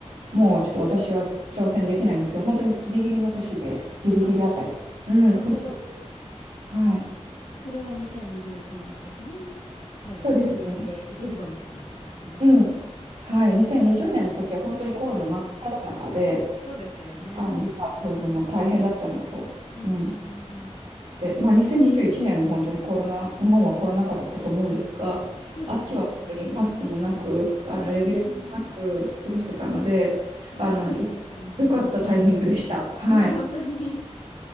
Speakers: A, on the right; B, on the left.
A: う、もうちょっと私は挑戦できないんですけど、本当にギリギリの年で、ギリギリあたり。
B: あ、
A: うん、
B: なるほど。
A: 年。
B: そ
A: はい。
B: それが2021年の時に、最後はフォーリーでいけるぞみたいになったんですね。
A: そうですね。うん。はい。2020年の時は本当にコロナ真っ只中で、
B: なるほど。そうですよね。
A: あの、ビザ取るのも大変だったのと、
B: うんうんうんうん。
A: うん。で、まあ、2021年も本当にコロナ、日本はコロナ禍だったと思うんですが、
B: そうですよね、
A: あっちは本当にマスクもなく、
B: 結構。うん。
A: あのレギュレーションもなく過ごせたので、
B: うーん。あ、
A: あの、
B: よかったですね、
A: い良かったタイミングでした。
B: それは。
A: はい。
B: <laughs> 本当に。